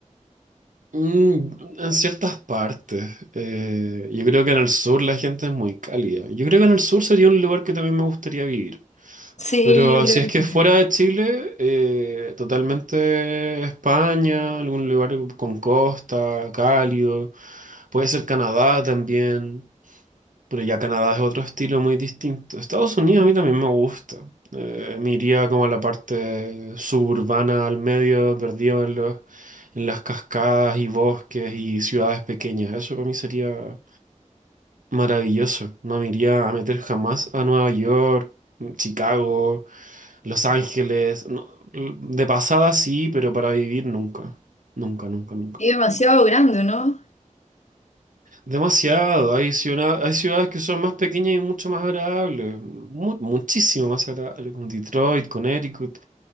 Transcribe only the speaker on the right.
Mm, en ciertas partes. Eh, yo creo que en el sur la gente es muy cálida. Yo creo que en el sur sería un lugar que también me gustaría vivir.
Pero
si es
que
fuera de Chile, eh, totalmente España, algún lugar con costa, cálido. Puede ser Canadá también. Pero ya Canadá es otro estilo muy distinto. Estados Unidos a mí también me gusta. Eh, me iría como a la parte suburbana, al medio, perdido en los, en las cascadas y bosques y ciudades pequeñas. Eso para mí sería maravilloso. No me iría a meter jamás a Nueva York, Chicago, Los Ángeles. No, de pasada sí, pero para vivir nunca. Nunca, nunca, nunca.
Demasiado. Hay ciudad- hay ciudades que son más pequeñas y mucho más agradables. mu- muchísimo más agradables, como Detroit, Connecticut.